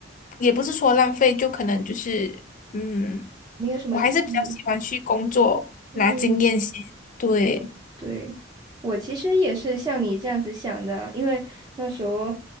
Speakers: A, on the left; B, on the right.
A: 也不是说浪费，就可能就是嗯，
B: 没有什么意义。
A: 我还是比较喜欢去工作拿经验先，
B: 嗯。
A: 对。
B: 对，我其实也是像你这样子想的，因为那时候